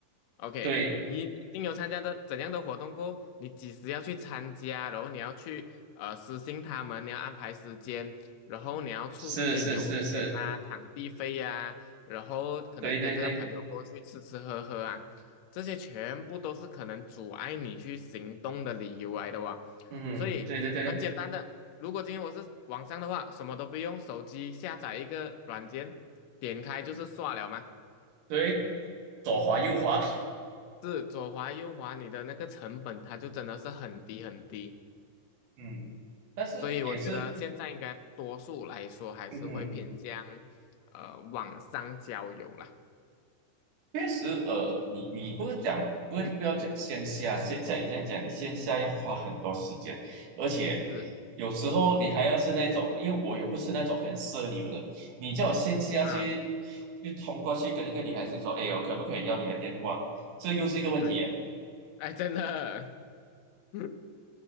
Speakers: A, on the left; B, on the right.
A: ？OK，
B: 对，
A: 一定有参加的怎样的活动过你几时要去参加，然后你要去呃私信他们，你要安排时间，然后你要出这些油钱呐、
B: 是是是是，
A: 啊场地费呀、啊然后可能跟这个朋友过去吃吃喝喝啊，
B: 对对对，
A: 这些全部都是可能阻碍你去行动的理由来的哇。
B: 嗯，
A: 所以很简单的，
B: 对对对对
A: 如果今天我是网上的话，什么都不用，手机下载一个软件，点开就是刷了嘛。
B: 对，左滑右滑，
A: 是左滑右滑，你的那个成本它就真的是很低很低，
B: <laughs> 嗯，但是也是，
A: 所以我觉得现在应该多数来说还是会偏向呃网上交友啦。
B: 嗯哼。确实，呃，你你不是讲不是不要讲线下，
A: 嗯，
B: 线像你这样讲，你线下要花很多时间，而且
A: 是
B: 有时候你还要是那种，因为我也不是那种很奢流的，你叫我线下去
A: 啊，
B: 去冲过去跟一个女孩子说，哎，我可不可以要你的电话？这又是一个问题耶，
A: 对，哎，真的，<laughs>